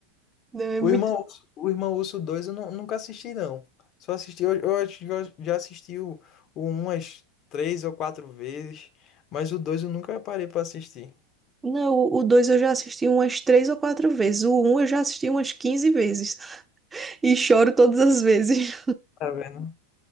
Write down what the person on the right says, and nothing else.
Não, é
muito...
Não, o o 2 eu já assisti umas 3 ou 4 vezes, o um eu já assisti umas 15 vezes <laughs> e choro todas as vezes.